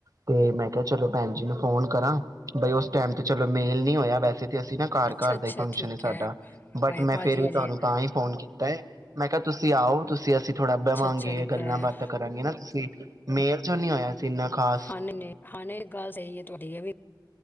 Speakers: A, on the right; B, on the left.
A: ਤੇ ਮੈਂ ਕਿਹਾ ਚਲੋ ਭੈਣ ਜੀ ਨੂੰ ਫੋਨ ਕਰਾਂ ਬਈ ਉਸ ਟਾਈਮ ਤੇ ਚਲੋ ਮੇਲ ਨਹੀਂ ਹੋਇਆ ਵੈਸੇ ਤੇ ਅਸੀਂ ਨਾ ਘਰ-ਘਰ
B: ਅੱਛਾ ਅੱਛਾ
A: ਦਾ ਹੀ ਫੰਕਸ਼ਨ
B: ਠੀਕ
A: ਸਾਡਾ
B: ਹੈ
A: ਬਟ
B: ਹਾਏ
A: ਮੈਂ
B: ਭਾਜੀ
A: ਫੇਰ ਵੀ
B: ਅਜੇ
A: ਤੁਆਨੂੰ ਤਾਂ ਹੀ ਫੋਨ ਕੀਤਾ ਐ ਮੈਂ ਕਿਹਾ ਤੁਸੀਂ ਆਓ ਤੁਸੀਂ ਅਸੀਂ ਥੋੜ੍ਹਾ ਬਹ
B: ਅੱਛਾ
A: ਵਾਂਗੇ
B: ਅੱਛਾ ਠੀਕ
A: ਗੱਲਾਂ
B: ਹੈ
A: ਬਾਤਾਂ ਕਰਾਂਗੇ ਨਾ ਤੁਸੀਂ ਮੇਲ ਚੋਂ ਨੀ ਹੋਇਆ ਸੀ ਇੰਨਾ ਖਾਸ
B: ਹਾਂ ਨਈਂ ਨਈਂ, ਹਾਂ ਨਈਂ ਗੱਲ ਸਹੀ ਐ ਤੁਆਡੀ ਐ ਵੀ